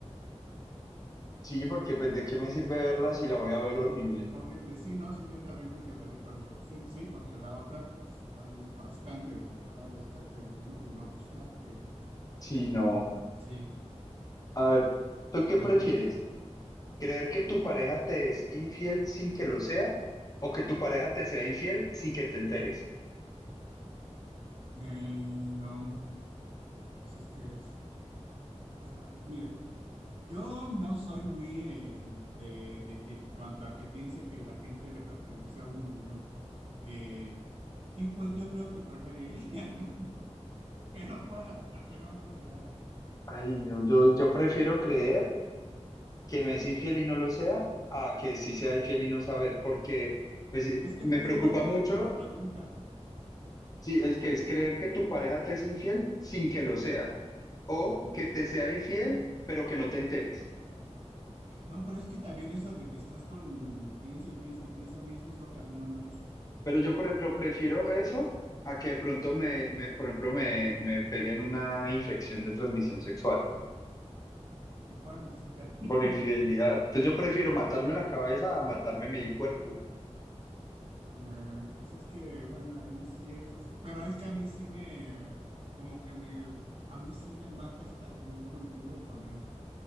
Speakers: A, on the right; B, on the left.
A: Ok,
B: Sí, porque pues de qué me sirve verla si la voy a ver horrible.
A: Horrible. Sí, no sé, yo también me quedaría con esa opción. Sí, porque la otra pues igual es bastante desagradable estarte viendo y no gustarte, ¿no?
B: Sí, no.
A: Sí.
B: A ver, ¿tú qué prefieres?
A: Ujú.
B: ¿Creer que tu pareja te es infiel sin que lo sea? ¿O que tu pareja te sea infiel sin que te enteres?
A: Eh, um, pues es que es, ah, mira, yo no soy muy eh, de, de que cuanto a que piense que la gente le pertenece a uno, no. Eh, y pues yo creo que preferiría <laughs> que lo fuera para que no me enterara.
B: Ay, no, yo, yo prefiero creer que me es infiel y no lo sea a que sí sea infiel y no saber, porque pues, sí,
A: Es que
B: me
A: entonces
B: preocupa
A: no te entendí
B: mucho
A: la pregunta.
B: Sí, el que es creer que tu pareja te es infiel sin que lo sea,
A: Ujú.
B: o
A: Ok.
B: que te sea infiel, pero que no te enteres.
A: No, pero es que también eso de que estás con piensa y piensa y piensa, a mí eso es lo que a mí no me gusta.
B: Pero yo, por ejemplo, prefiero eso a que de pronto
A: Ujú.
B: me, me, por ejemplo, me, me peguen una infección de transmisión sexual
A: Bueno, sí, te- <laughs>
B: por infidelidad. Entonces yo prefiero matarme la cabeza a matarme mi cuerpo.
A: eh, pues es que, bueno, ahí sí es así. Pero es que a mí sí me, eh, como que me, a mí sí me mata estar duro y duro con algo.